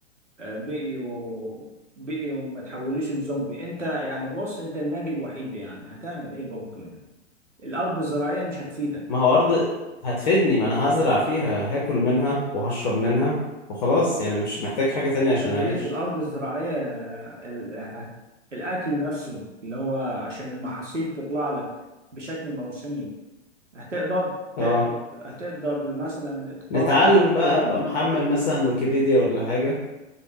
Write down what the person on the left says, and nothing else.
ما هو أرض هتفيدني ما أنا هزرع فيها هاكل منها وهشرب منها وخلاص يعني مش محتاج حاجة تانية عشان
أعيش
آه
نتعلم
بقى
أبقى محمل مثلا ويكيبيديا ولا حاجة